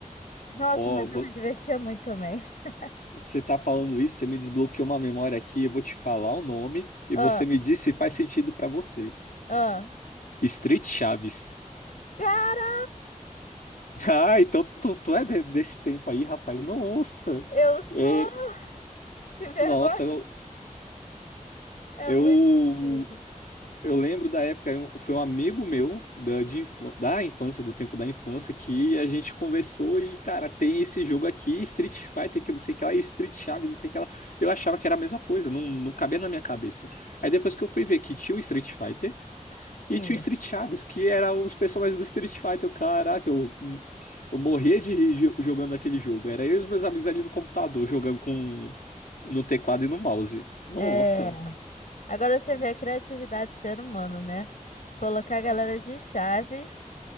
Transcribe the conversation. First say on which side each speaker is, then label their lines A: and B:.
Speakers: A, on the left (about 70°); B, on the left (about 85°).
A: Nossa,
B: Ó,
A: mas eu
B: vo-
A: me divertia muito também. <laughs>
B: você tá falando isso, você me desbloqueou uma memória aqui, eu vou te falar o nome e
A: Ah,
B: você me diz se faz sentido pra você.
A: ah.
B: Street Chaves. <laughs>
A: Cara,
B: Ah, então tu, tu é de- desse tempo aí, rapaz. Nossa!
A: eu sou!
B: É,
A: <laughs> Que vergonha!
B: nossa, eu,
A: É
B: eu
A: muito antigo.
B: Eu lembro da época, um- foi um amigo meu da, de infância, da infância, do tempo da infância, que a gente conversou e, cara, tem esse jogo aqui, Street Fighter, que não sei o que lá, e Street Chaves, não sei o que lá. Eu achava que era a mesma coisa, não, não cabia na minha cabeça. Aí depois que eu fui ver que tinha o Street Fighter e
A: Isso.
B: tinha o Street Chaves, que eram os personagens do Street Fighter, eu, caraca, eu, hum, eu morria de rir jo- jogando aquele jogo. Era eu e os meus amigos ali no computador, jogando com no teclado e no mouse. Nossa,
A: É. Agora você vê a criatividade do ser humano, né? Colocar a galera de Chaves